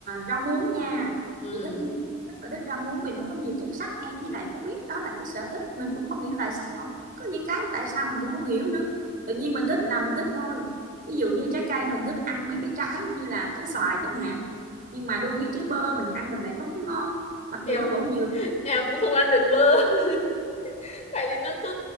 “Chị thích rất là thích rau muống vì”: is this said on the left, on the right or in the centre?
Right